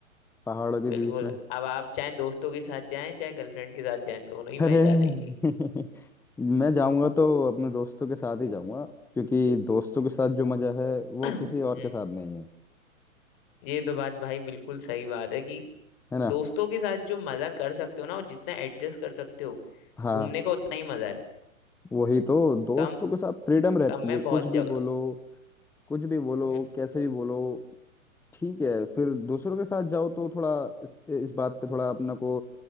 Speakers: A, in the centre; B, on the left.
A: पहाड़ों के
B: बिल्कुल
A: बीच में
B: अब आप चाहे दोस्तों के साथ जाएं चाहे गर्लफ्रेंड के साथ जाएं दोनों ही
A: अरे
B: मजेदार
A: <laughs>
B: रहेंगी
A: मैं जाऊंगा तो अपने दोस्तों के साथ ही जाऊंगा क्योंकि दोस्तों के साथ जो मजा है वो
B: <clears throat> हम्म,
A: किसी और के साथ नहीं है
B: ये तो बात भाई बिल्कुल सही बात है कि
A: है ना
B: दोस्तों के साथ जो मजा कर सकते हो ना और जितना एडजस्ट कर सकते हो
A: हाँ
B: घूमने का उतना ही मजा है
A: वही तो दोस्तों
B: कम
A: के साथ फ्रीडम रहती
B: कम में
A: है
B: बहुत
A: कुछ
B: जगह
A: भी बोलो कुछ भी बोलो
B: हम्म
A: कैसे भी बोलो ठीक है फिर दूसरों के साथ जाओ तो थोड़ा इस, इस बात पे थोड़ा अपने को